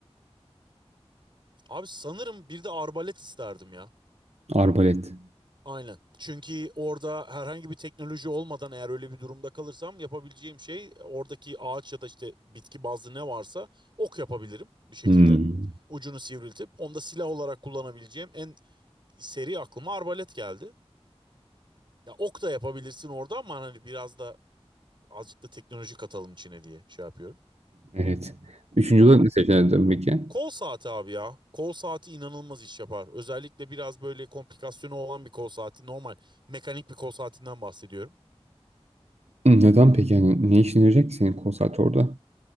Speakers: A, on the right (about 50°); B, on the right (about 85°).
A: abi sanırım bir de arbalet isterdim ya.
B: Arbalet.
A: Aynen. Çünkü orada herhangi bir teknoloji olmadan eğer öyle bir durumda kalırsam yapabileceğim şey oradaki ağaç ya da işte bitki bazlı ne varsa ok yapabilirim bir şekilde.
B: Hmm,
A: Ucunu sivriltip onu da silah olarak kullanabileceğim en seri aklıma arbalet geldi. Ya ok da yapabilirsin orada ama hani biraz da azıcık da teknoloji katalım içine diye şey yapıyorum.
B: evet. Üçüncü
A: Hani
B: olarak ne seçerdin peki?
A: kol saati abi ya. Kol saati inanılmaz iş yapar. Özellikle biraz böyle komplikasyonu olan bir kol saati. Normal mekanik bir kol saatinden bahsediyorum.
B: Hı, Neden peki? Yani ne işine yarayacak ki senin konsert orada?